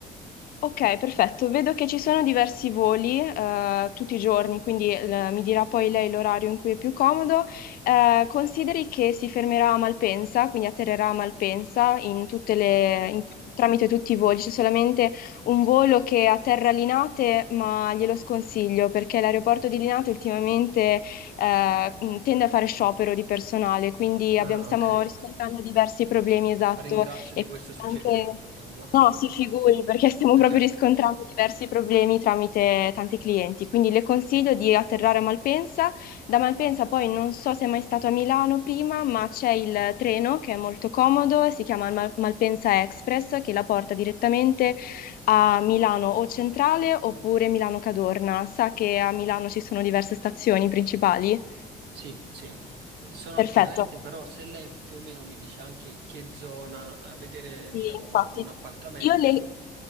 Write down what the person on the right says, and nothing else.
ok?
Ah,
ok.
Ringrazio
di questo suggerimento,
guardi,
perché
Sì, sì, eh, sono
al corrente, però se lei più o meno mi dice anche che zona, a vedere,
diciamo,
un appartamento,
sì,